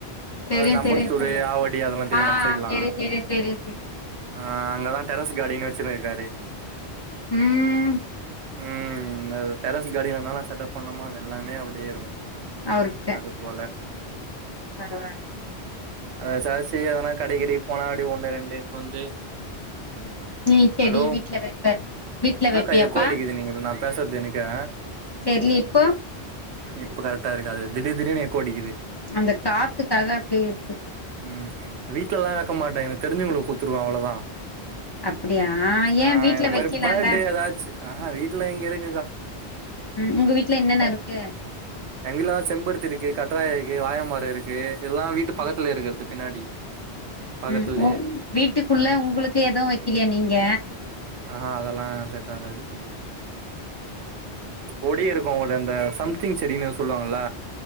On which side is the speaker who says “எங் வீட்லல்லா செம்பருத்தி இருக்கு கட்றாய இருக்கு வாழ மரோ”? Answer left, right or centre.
Right